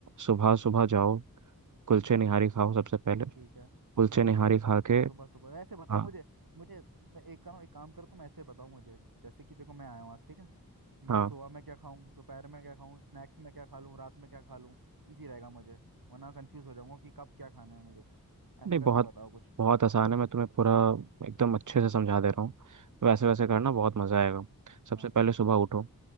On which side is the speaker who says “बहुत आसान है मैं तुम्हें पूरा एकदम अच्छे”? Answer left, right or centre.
Right